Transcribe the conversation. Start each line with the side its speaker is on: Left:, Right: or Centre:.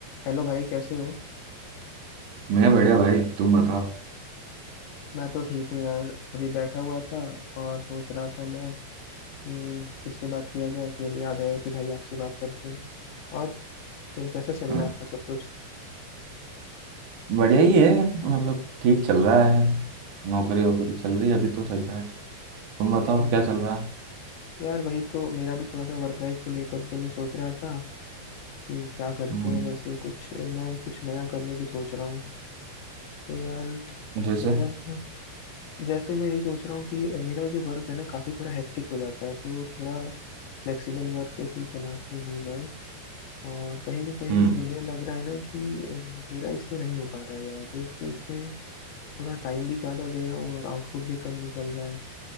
Left: Hello भाई कैसे हो
Right: मैं बढ़िया भाई तुम बताओ
Left: मैं तो ठीक हूँ यार अभी बैठा हुआ था और सोच रहा था मैं कि किससे बात किया जाए फिर याद आया कि भाई आपसे बात करते हैं और फिर कैसा चल
Right: अ,
Left: रहा है आपका सब कुछ
Right: बढ़िया ही है मतलब ठीक चल रहा है नौकरी वोकरी चल रही है अभी तो सही साट तुम
Left: अच्छा
Right: बताओ क्या चल रहा है
Left: यार वही तो मेरा भी थोड़ा सा वर्क लाइफ को लेकर के मैं सोच रहा था कि क्या करते
Right: हम्म
Left: हैं वैसे कुछ मैं कुछ नया करने की सोच रहा हूँ तो यार
Right: जैसे
Left: मतलब जैसे मैं यही सोच रहा हूँ कि मेरा जो वर्क है ना काफ़ी थोड़ा हेक्टिक हो जाता है तो थोड़ा फ्लेक्सिबल वर्क की तलाश में हूँ मैं और कहीं ना कहीं
Right: हम्म
Left: मुझे लग रहा है ना कि अ, मेरा इसमें नहीं हो पा रहा है यार एक तो इसमें थोड़ा टाइम भी ज़्यादा दे रहा हूँ और आउटपुट भी कम निकल रहा है